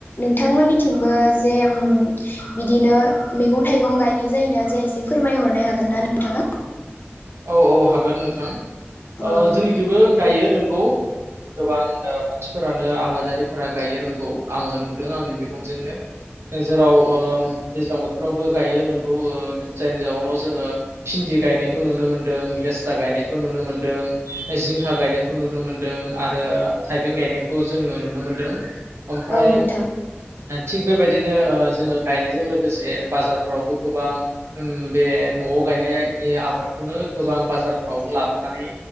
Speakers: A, on the left; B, on the right.
A: थांमोननिथिंबो जे बिदिनो मैगं थाइगं गायनाय जायोना जाया एसे फोरमायहरनो हागोन ना नोंथाङा?
B: औ औ हागोन नोंथां।
A: औ नोंथां
B: जोंनिखिबो गायो नोंगौ गोबां। मानसिफोरानो आबादारिफोरा गायो नोंगौ आङो नुदों आंनि मेगनजोंनो जेराव दैज्लां बोथोरावबो गायो नोंगौ जायनि जाउनाव जोङो भिन्दि गायनाय खौ नुनो मोन्दों। लेस्रा गायनायखौ नुनो मोनदों जिंखा गायनायखौ नुनो मोनदों आरो आरो थाइबें गायनायखौ जोङो नुनो मोनदों। ओमफ्राय
A: औ नोंथां।
B: थिग बेबायदिनो ओ जोङो गायनायजों लोगोसे बाजारफ्रावबो गोबां उम बे न'आव गायनाय आबाद। <unintelligible> गोबां बाजारफ्रावबो लाबोनानै